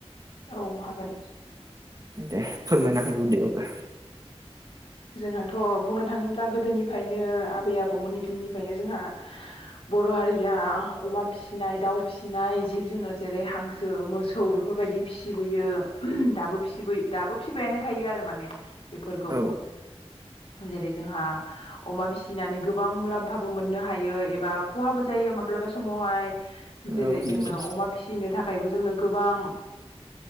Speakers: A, on the left; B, on the right.
A: औ हागोन
B: दे फोरमायना होग्रोदो अब्ला।
A: जोंहाथ' बुं बुंनो थाङोब्ला गोदोनिफ्रायनो आबै आबौमोननि दिननिफ्रायनो जोंहा बर' हारिया अमा फिसिनाय दाउ फिसिनाय जिब जुनार जेरै हांसो मोसौ बेफोरबायदि फिसिबोयो दाबो फियो दाबो फबायायानो थायो आरो माने बेफोरखौ
B: औ
A: जेरै जोंहा अमा फिसिनानै गोबां मुलाम्फाबो मोननो हायो एबा खहाबो जायो माब्लाबा समावहाय जेरै
B: औ
A: जोंनो
B: नंगौ
A: अमा फिसिनो थाखायबो जोंनो गोबां